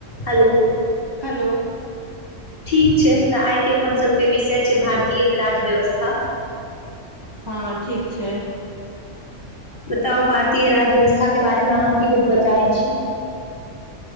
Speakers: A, on the left; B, on the right.
A: Hello
B: hello.
A: ठीक छै त आइके अपन सबके विषय छै भारतीयक राज्य व्यवस्था
B: हँ ठीक छै।
A: बताउ भारतीय राज व्यवस्थाके बारेमे अहाँ की बतब चाहै छी।